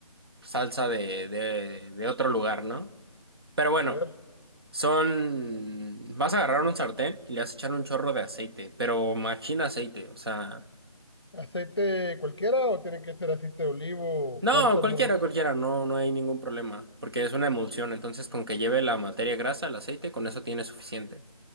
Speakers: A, on the right; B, on the left.
A: salsa de, de, de otro lugar, ¿no? Pero bueno,
B: A ver,
A: son... Vas a agarrar un sartén y le vas a echar un chorro de aceite, pero machín aceite, o sea...
B: ¿aceite cualquiera o tiene que ser aceite de olivo,
A: No,
B: cártamo?
A: cualquiera, cualquiera, no, no hay ningún problema, porque es una emulsión, entonces con que lleve la materia grasa, el aceite, con eso tiene suficiente.